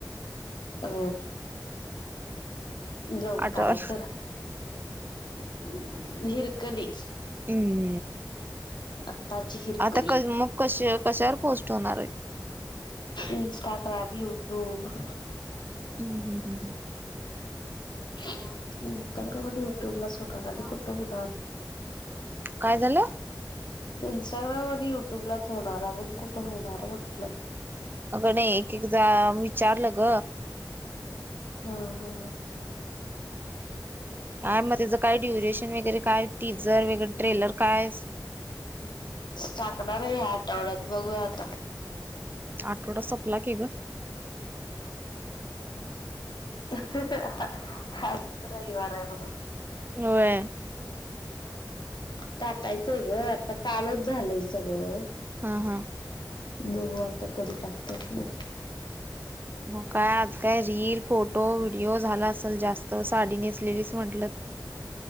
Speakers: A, on the left; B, on the right.
A: अ जा
B: आठव
A: काय तर हरकणी.
B: हम्म.
A: आताची हिरकणी.
B: आता क मग कश कशावर पोस्ट होणार आहेत?
A: इंस्टाग्राम, युट्यूब,
B: हम्म, हम्म, हम्म.
A: हो ह. <unintelligible> यूट्यूबला स्वता
B: हम्म.
A: जाते कुठ कुठ
B: काय झालं?
A: इंस्टाग्राम आणि युट्यूबलाच होणार अजून कुठं होणार म्हंटल.
B: अग नाही एक, एकदा विचारलग
A: हा हा.
B: काय मग त्याचं काय ड्युरेशन वगैरे काय टीजर वगैरे ट्रेलर काय?
A: टकणार आहे ह्या आठवड्यात बघूया आता.
B: आठवडा संपला कि ग
A: ह हा हा हा आज रविवार हाय म्हणून.
B: होय.
A: टाकायचग आता कालच झालंय सगळ.
B: हां हां.
A: बघू आता कधी टाकतात मघ.
B: मग काय आज काय रील फोटो, व्हिडिओ झाला असेल जास्त साडी नेसलेलीच म्हंटल.